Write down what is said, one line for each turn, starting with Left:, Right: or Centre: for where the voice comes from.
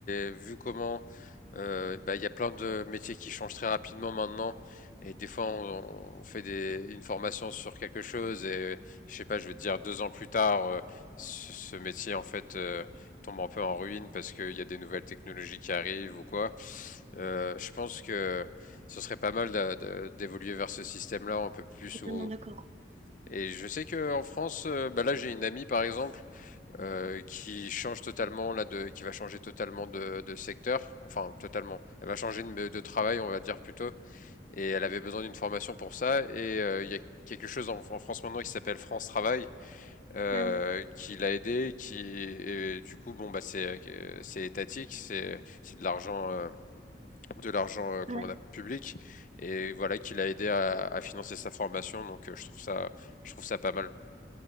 Left: et vu comment euh, bah, il y a plein de métiers qui changent très rapidement maintenant, et des fois on, on fait des, une formation sur quelque chose et je sais pas, je veux te dire deux ans plus tard, euh, ce, ce métier en fait euh, tombe un peu en ruine parce qu'il y a des nouvelles technologies qui arrivent ou quoi. Euh, je pense que ce serait pas mal d'a- de- d'évoluer vers ce système-là un peu plus
Right: Je suis
Left: où
Right: Totalement d'accord.
Left: et je sais que en France, euh, bah là j'ai une amie par exemple euh, qui change totalement là de, qui va changer totalement de, de secteur, enfin totalement. Elle va changer de, de travail, on va dire plutôt. Et elle avait besoin d'une formation pour ça. Et euh, il y a quelque chose en, en France maintenant qui s'appelle France Travail euh,
Right: Ah ouais.
Left: qui l'a aidé, qui et du coup bon bah c'est euh, c'est étatique, c'est c'est de l'argent euh, de l'argent euh, comment
Right: Ouais.
Left: on appelle, public et voilà qui l'a aidé à, à financer sa formation. Donc euh, je trouve ça je trouve ça pas mal.